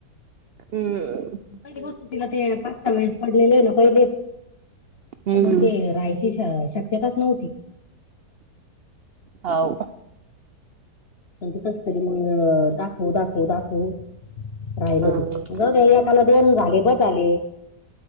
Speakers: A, on the right (about 65°); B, on the left (about 45°).
A: हम्.
B: पहिली गोष्ट तिला ते पाच सहा वेळेस पडलेले आहे ना पहिले तर
A: हम्म
B: मग ते राहाय, ति शाया शक्यताच नव्हती.
A: हाव,
B: पण ते कस तरी मग, दाखव दाखव दाखव. राहिलं
A: हम्म
B: ते, जाऊ द्या एकाला दोन झाले बज झाले.